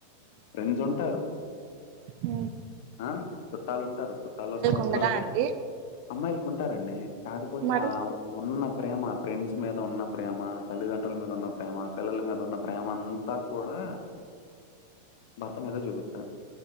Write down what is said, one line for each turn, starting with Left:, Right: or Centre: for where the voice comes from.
Left: ఫ్రెండ్స్ ఉంటారు
Right: ఆ
Left: ఆ చుట్టాలు ఉంటారు చుట్టాల్లో సమస్యలు
Right: ఉండదా
Left: ఉంటాయి.
Right: అండి
Left: అమ్మాయిలకుంటారండి కాకపోతే
Right: మరి
Left: ఆ ఉన్న ప్రేమ ఫ్రెండ్స్ మీద ఉన్న ప్రేమ తల్లిదండ్రుల మీదున్న ప్రేమ, పిల్లల మీదున్న ప్రేమ అంతా కూడా భర్త మీద చూపిత్తారు.